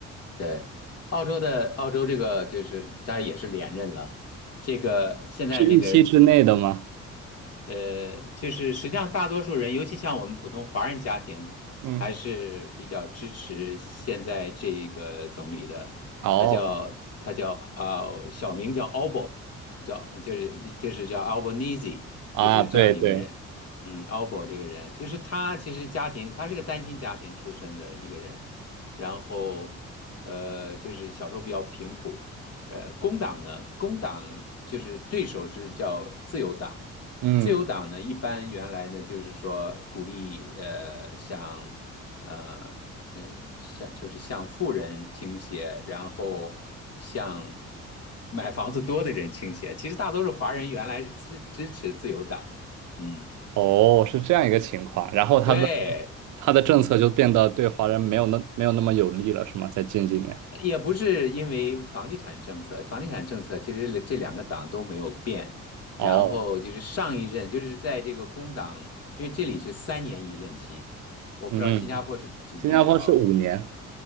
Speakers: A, on the left; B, on the right.
A: 对，澳洲的澳洲这个就是他也是连任了。这个现在这个
B: 是预期之内的吗？
A: 呃，就是实际上大多数人，尤其像我们普通华人家庭，
B: 嗯，
A: 还是比较支持现在这个总理的。
B: 哦，
A: 他叫他叫啊、小名叫 Albo，叫就是就是叫 Albanese，
B: 啊，
A: 就是这样一个人。
B: 对对，
A: 嗯，Albo 这个人，就是他其实家庭，他是个单亲家庭出身的一个人，然后呃，就是小时候比较贫苦。呃，工党呢，工党就是对手是叫自由党，
B: 嗯，
A: 自由党呢一般原来呢就是说鼓励呃像呃嗯像就是向富人倾斜，然后向买房子多的人倾斜。其实大多数华人原来是支支持自由党的，嗯，
B: 哦，是这样一个情况。然后他的
A: 对，
B: 他的政策就变得对华人没有那没有那么有利了，
A: 嗯。
B: 是吗？在近几年。
A: 也不是因为房地产政策，房地产政策其实这两个党都没有变。
B: 哦，
A: 然后就是上一任，就是在这个工党，因为这里是三年一任期，我不知道新加坡是几年啊、
B: 嗯，新加坡是五年。